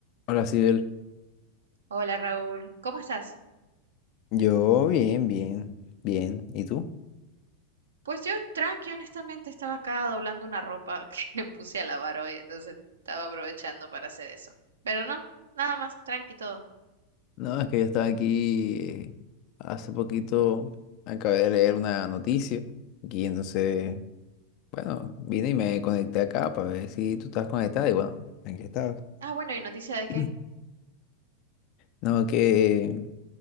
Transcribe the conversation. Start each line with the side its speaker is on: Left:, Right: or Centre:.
Left: Hola, Sibel.
Right: Hola Raúl, ¿cómo estás?
Left: Yo bien, bien, bien. ¿Y tú?
Right: Pues yo tranqui, honestamente estaba acá doblando una ropa <laughs> que me puse a lavar hoy, entonces estaba aprovechando para hacer eso. Pero no, nada más, tranqui todo.
Left: No, es que yo estaba aquí eh, hace poquito, acabé de leer una noticia y entonces, bueno, vine y me conecté acá para ver si tú estabas conectada y bueno, Aquí estás.
Right: Ah, bueno, ¿y noticia de
Left: Mm.
Right: qué?
Left: <clears throat> no, que